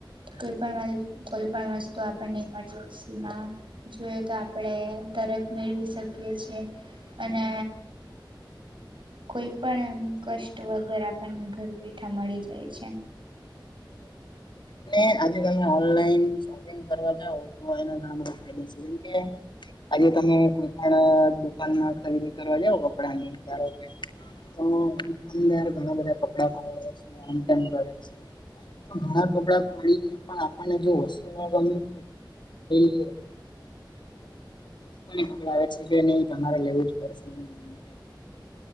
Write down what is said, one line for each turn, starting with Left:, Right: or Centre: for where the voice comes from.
Right: કોઈ પણ કોઈ પણ વસ્તુ આપણને ઈમરજન્સીમાં જોએ તો આપણેે તરત મેળવી શકીએ છેીએ, અને કોઈ પણ કષ્ટ વગર આપણને ઘર બેઠા મળી જાય છે.
Left: અને આજકાલ ઓનલાઇન. કરવા તો એ ઘણા બધા ફાયદા છે, કેમ? આજે તમે કોઈ પણ દુકાનમાં ખરીદી કરવા જાવ, કપડાંની ધારો કે તો અંદર ઘણા બધા કપડા ઓ છે, કરે છે. તો ઘણા બધા પાણીને પણ આપણને જો વસ્તુ મળી હોય. <unintelligible> કડાવે છે કે નહીં, તમારે લેવું જ પડશે ને? તેમ